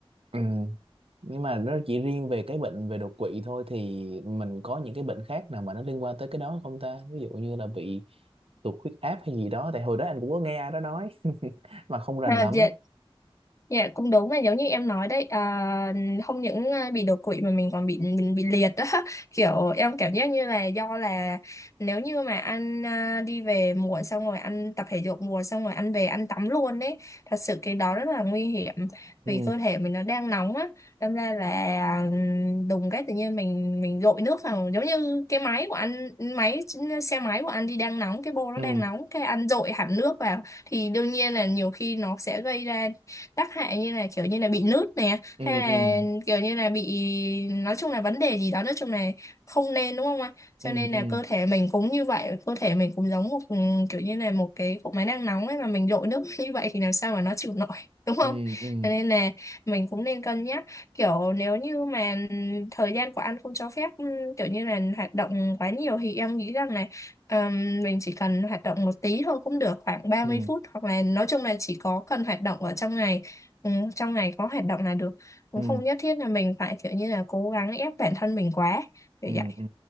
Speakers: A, on the right; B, on the left.
A: Ừ. nhưng mà nó chỉ riêng về cái bệnh về đột quỵ thôi thì mình có những cái bệnh khác nào mà nó liên quan tới cái đó không ta ví dụ như là bị tụt huyết áp hay gì đó tại hồi đó anh cũng có nghe ai đó nói <laughs> mà không rành
B: À,
A: lắm
B: dạ, Dạ cũng đúng là giống như em nói đấy à, không những à, bị đột quỵ mà mình còn bị mình bị liệt đó <laughs> kiểu em cảm giác như là do là nếu như mà anh à, đi về muộn xong rồi anh tập thể dục muộn xong rồi anh về anh tắm luôn đấy thật sự cái đó rất là nguy hiểm
A: ừ
B: vì cơ thể mình nó đang nóng á đâm ra là à, đùng cái tự nhiên mình mình dội nước vào giống như cái máy của anh máy xe máy của anh đi đang nóng cái bô nó
A: ừ
B: đang nóng cái anh dội hẳn nước vào thì đương nhiên là nhiều khi nó sẽ gây ra tác hại như là kiểu như là bị nứt nè
A: ừ
B: hay là
A: ừ
B: kiểu như là bị nói chung là vấn đề gì đó nói chung là không nên đúng không ạ cho
A: ừ
B: nên là
A: ừ
B: cơ thể mình cũng như vậy cơ thể mình cũng giống một kiểu như là một cái cục máy đang nóng ấy mà mình đổ nước <laughs> như vậy thì làm sao mà nó chịu nổi <laughs> đúng không
A: ừ ừ
B: cho nên là mình cũng nên cân nhắc kiểu nếu như mà thời gian của anh không cho phép ừm, kiểu như là hoạt động quá nhiều thì em nghĩ rằng là ừm, mình chỉ cần hoạt động một tí thôi cũng được khoảng ba
A: ừ
B: mươi phút hoặc là nói chung là chỉ có cần hoạt động ở trong ngày Ừ, trong ngày có hoạt động là được cũng
A: ừ
B: không nhất thiết là mình phải kiểu như là cố gắng ép bản thân mình quá kiểu
A: ừ
B: vậy
A: ừ